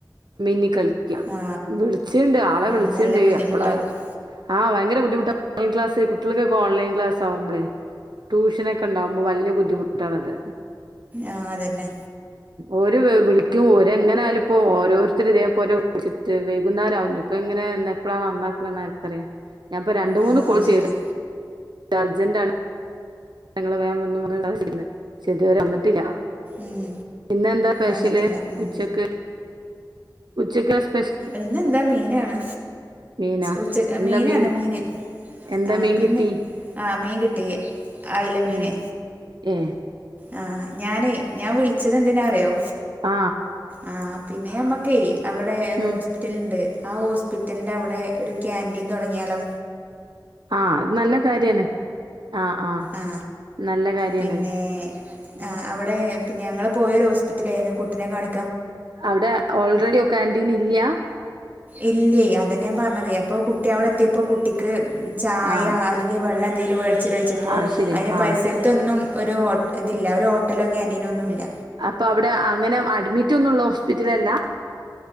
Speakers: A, on the right; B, on the right.
A: മിന്നി കളിക്കാം
B: ആ
A: വിളിച്ചിട്ടുണ്ട് ആളെ
B: ഉം
A: വിളിച്ചിണ്ട്
B: നല്ല ബുദ്ധിമുട്ടാവും
A: എപ്പള ആ ഭയങ്കര ബുദ്ധിമുട്ടാ ഓൺ ക്ലാസ് കുട്ടികൾക്കൊക്ക ഓൺലൈൻ ക്ലാസ് ആകുമ്പളെ ട്യൂഷനൊക്കെ ഉണ്ടാവുമ്പോൾ വലിയ ബുദ്ധിമുട്ടാണത്
B: ആ അതന്നെ
A: ഓരെ വിളിക്കും ഒരെ എങ്ങനെ ആയാ ലുംപ്പോ ഓരോരുത്തർ ഇതേപോലെ വിളിച്ചിട്ട് വൈകുന്നെരാവും ഇഞ് ഇപ്പ എങ്ങനെ എന്ന് എപ്പഴാണ് നന്നാക്കണന്ന ആരിക്കറിയ ഞാനിപ്പം രണ്ട് മൂന്ന്
B: ആഹ്
A: കോളെ
B: അത് ശരിയാ
A: ചെയ്ത് അർജന്റാണ് ഞങ്ങള് <unintelligible> വേൻുന്നത് <unintelligible> പക്ഷേ ഇതുവരെ വന്നിട്ടില്ല
B: ഉം
A: പിന്നെന്താ സ്പെഷ്യല്
B: വന്നിട്ടില്ല ഉം
A: ഉച്ചക്ക് ഉച്ചക്കേഷ്
B: ഇന്നെന്താ മീനാണ്
A: മീനാ
B: ഉച്ച
A: എന്താ
B: മീനാണ്
A: മീൻ കിട്ടി
B: മീന്
A: എന്താ
B: ആ
A: മീൻ
B: പിന്നെ
A: കിട്ടി
B: ആ മീൻ കിട്ടി അയില മീന്
A: ഉം ഏ
B: ആ ഞാനേ ഞാൻ വിളിച്ചതെന്തിനാ അറിയോ
A: ആ
B: ആ പിന്നമ്മക്കേ അവിടെ ഒരു
A: ഉം
B: ഹോസ്പിറ്റല്ണ്ട് ആ ഹോസ്പിറ്റലിന്റെ അവടെ ഒരു കാന്റീൻ തൊടങ്ങിയാലോ
A: ആ അത് നല്ല കാര്യാണ് ആഹ് ആഹ്
B: ആ
A: നല്ല കാര്യാണ്
B: പിന്നെ
A: ഉം
B: ആ അവടെ പിന്നെ ഞങ്ങള് പോയൊരു ഹോസ്പിറ്റലേയ്ന്നു കുട്ടിനെ കാണി
A: അവടെ ഓൾറെഡി ഒ കാന്റീൻല്ല
B: ഇല്ലേ അതല്ലെ ഞാൻ പറഞ്ഞത് അപ്പൊ കുട്ടി അവടെ എത്യപ്പോ കുട്ടിക്ക് ചായ
A: ആഹ്
B: അല്ലെങ്കി വെള്ളെന്തെങ്കിലും വേടിച്ചെരോ ചോയ്ച്ചപ്പം
A: ആഹ് ശരിയാ
B: അയ്ന് പരിസരത്തൊന്നും
A: ആഹ്
B: ഒരു ഹോട്ട് ഇതില്ല ഒരു ഹോട്ടലോ ക്യാൻറ്റീനോ ഒന്നുല്ല
A: അപ്പൊ അവടെ അങ്ങനെ അഡ്മിറ്റൊന്നും ള്ള ഹോസ്പിറ്റലല്ല